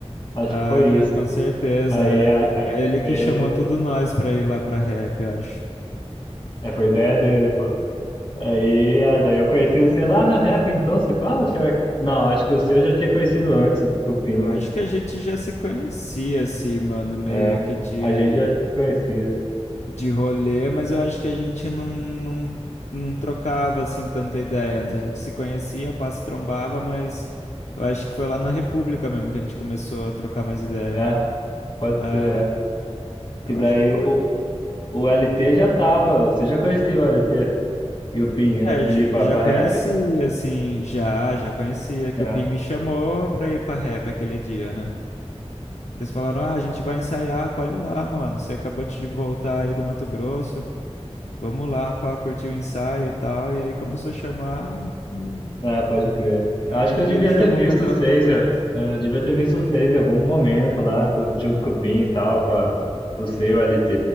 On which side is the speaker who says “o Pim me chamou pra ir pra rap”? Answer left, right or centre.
Left